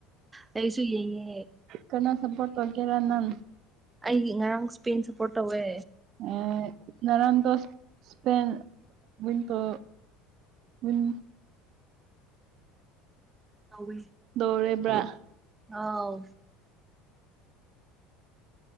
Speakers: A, on the right; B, on the right.
A: ꯐꯩꯁꯨ ꯌꯦꯡꯉꯦ
B: ꯀꯅꯥ ꯁꯞꯄꯣꯔꯠ ꯇꯧꯒꯦꯔ ꯅꯪ
A: ꯑꯩꯒꯤ ꯉꯔꯥꯡ ꯏꯁꯄꯦꯟ ꯁꯞꯄꯣꯔꯠ ꯇꯧꯋꯦ
B: ꯑꯦ ꯉꯔꯥꯡꯗꯣ ꯏꯁꯄꯦꯟ ꯋꯤꯡꯀꯥ ꯎꯝ
A: ꯇꯧꯋꯦ
B: ꯗꯧꯔꯦꯕ꯭ꯔꯥ
A: ꯑꯥꯎ